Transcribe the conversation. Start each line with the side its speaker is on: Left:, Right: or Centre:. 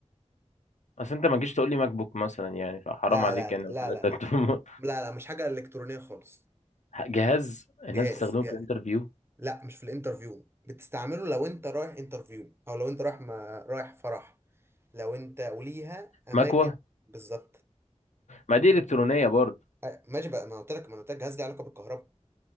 Left: اصل انت ما جيش تقول لي ماك بوك مثلا يعني فحرام
Right: لا
Left: عليك
Right: لا
Left: يعني
Right: لا لا
Left: قلت لك
Right: لا
Left: لابتوب
Right: لا لا لا مش حاجه الكترونيه خالص
Left: <laughs> جهاز الناس
Right: جهاز
Left: بتستخدمه في الانترفيو
Right: لا مش في الانترفيو بتستعمله لو انت رايح انترفيو او لو انت رايح ما رايح فرح لو انت وليها اماكن
Left: مكوه
Right: بالظبط
Left: ما دي الكترونيه برضه
Right: أه، ماشي بقى ما أنا قلت لك ما انا قلت لك جهاز ليه علاقه بالكهرباء